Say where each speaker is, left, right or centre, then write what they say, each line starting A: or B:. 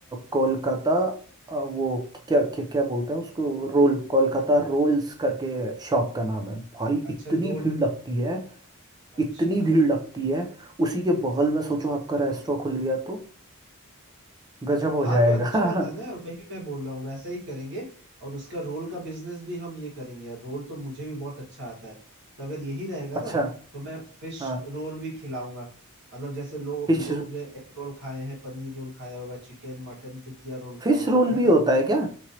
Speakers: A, on the right; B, on the right.
A: कोलकाता
B: कोलकाता
A: अ, वो क्या क्या क्या बोलते हैं उसको रोल कोलकाता रोल्स करके शॉप का नाम है भाई
B: अच्छा
A: इतनी
B: रोल
A: भीड़ लगती है
B: अच्छा
A: इतनी भीड़ लगती है उसी के बगल में सोचो आपका रेस्टोरेंट खुल गया तो गजब हो
B: हाँ
A: जाएगा
B: तो अच्छा है ना ना
A: <laughs>
B: और वही मैं बोल रहा हूँ वैसा ही करेंगे और उसका रोल का बिजनेस भी हम ये करेंगे यार रोल तो मुझे भी बहुत अच्छा आता है तो अगर यही रहेगा
A: अच्छा
B: ना तो मैं फिश
A: हाँ
B: रोल भी खिलाऊंगा मतलब जैसे लो,
A: फिश
B: लोग जो है एग रोल खाए हैं पनीर रोल खाया होगा चिकन मटन टिकिया रोल
A: फिश
B: खाया होगा
A: रोल
B: है
A: भी
B: ना
A: होता है क्या